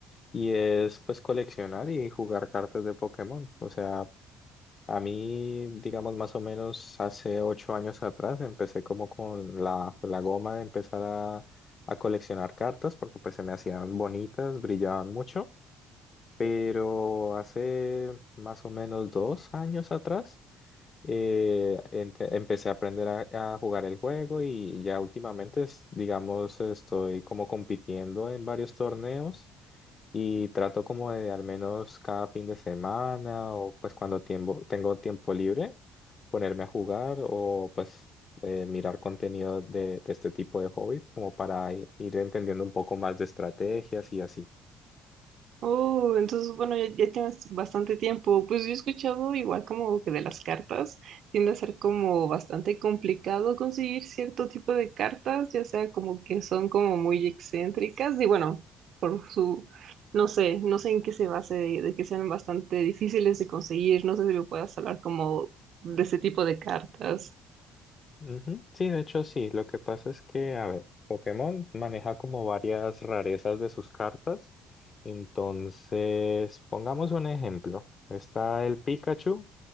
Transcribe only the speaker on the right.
Oh, entonces, bueno, ya, ya tienes bastante tiempo. Pues yo he escuchado igual como que de las cartas tiende a ser como bastante complicado conseguir cierto tipo de cartas, ya sea como que son como muy excéntricas y bueno, por su, no sé, no sé en qué se base de, de que sean bastante difíciles de conseguir. No sé si me puedas hablar como de ese tipo de cartas.